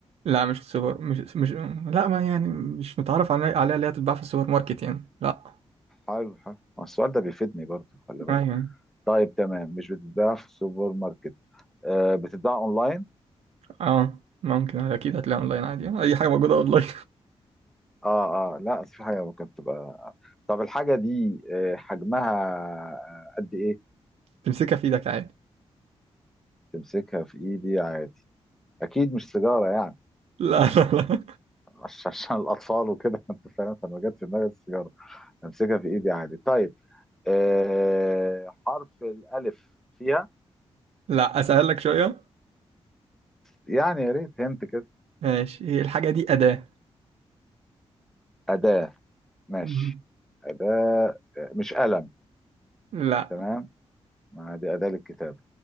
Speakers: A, on the right; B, in the centre.
A: لا مش السوبر مش مش لا ما يعني مش متعرف علي- عليها اللي هي تتباع في السوبر ماركت يعني لا
B: حلو حلو ما السؤال ده بيفيدني برضه خلي بالك
A: ايوه يعني.
B: طيب تمام مش بتتباع في السوبر ماركت آه، بتتباع اونلاين
A: اه ممكن اكيد هتلاقيها اونلاين عادي اي حاجة موجودة اونلاين
B: اه اه لا في حاجه ممكن تبقى طب الحاجه دي آه، حجمها آه، قد ايه
A: <laughs> تمسكها في ايدك عادي
B: تمسكها في ايدي عادي اكيد مش سيجاره يعني
A: لا لا لا
B: عش- عشان الاطفال وكده <laughs> انت فاهم فما جت في دماغي السيجاره امسكها في ايدي عادي طيب آه حرف الالف فيها
A: لا اسهل لك شوية
B: يعني يا ريت هنت كده
A: ماشي هي الحاجة دي أداة
B: اداه ماشي
A: مم.
B: اداه آه، مش قلم
A: لا
B: تمام ما دي اداه للكتابه